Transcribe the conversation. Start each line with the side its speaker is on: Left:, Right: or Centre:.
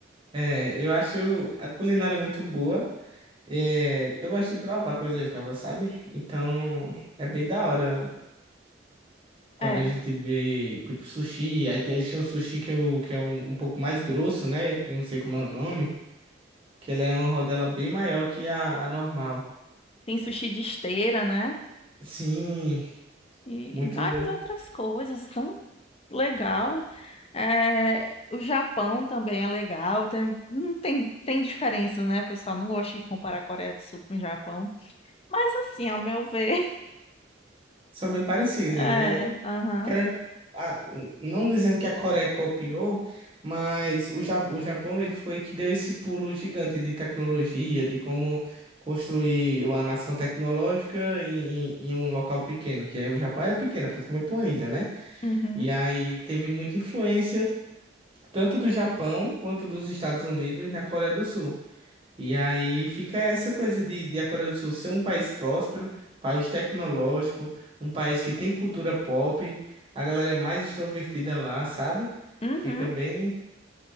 Right: É, eu acho a culinária muito boa. É, eu gosto de provar coisas novas, sabe? Então, é bem da hora quando
Left: É,
Right: a gente vê, tipo, sushi. Aí tem, tem um sushi que, eu, que é um, um pouco mais grosso, né? Eu não sei como é o nome. Que ele é uma rodela bem maior que a, a normal.
Left: tem sushi de esteira, né?
Right: Sim,
Left: E,
Right: muito...
Left: e várias outras coisas. Tão legal. É, o Japão também é legal. Tem, não tem, tem diferença, né? O pessoal não gosta de comparar a Coreia do Sul com o Japão. Mas assim, ao meu ver,
Right: São bem parecidas,
Left: <laughs> é,
Right: né?
Left: aham,
Right: Querendo, a- não dizendo que a Coreia copiou, mas o, Ja- o Japão ele foi que deu esse pulo gigante de tecnologia, de como construir uma nação tecnológica em, em- em um local pequeno, que é o Japão era pequeno, é praticamente uma ilha, né?
Left: uhum,
Right: E aí teve muita influência tanto do Japão quanto dos Estados Unidos na Coreia do Sul. E aí fica essa coisa de, de a Coreia do Sul ser um país próspero, país tecnológico, um país que tem cultura pop, a galera é mais extrovertida lá, sabe?
Left: uhum.
Right: Fica bem.